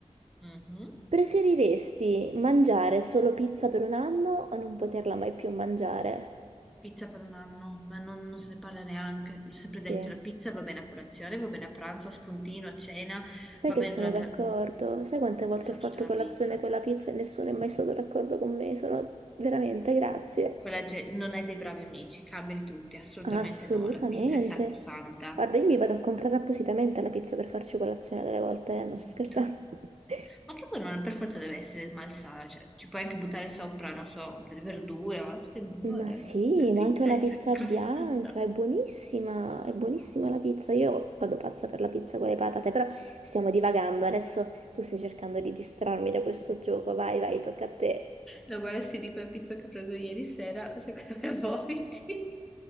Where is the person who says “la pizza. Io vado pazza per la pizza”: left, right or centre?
Right